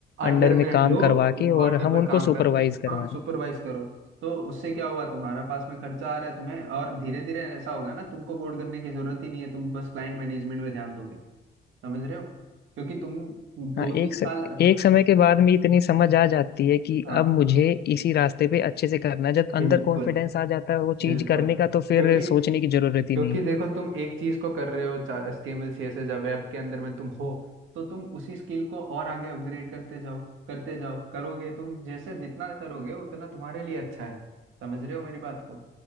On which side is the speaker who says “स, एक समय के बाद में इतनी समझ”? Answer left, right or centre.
Left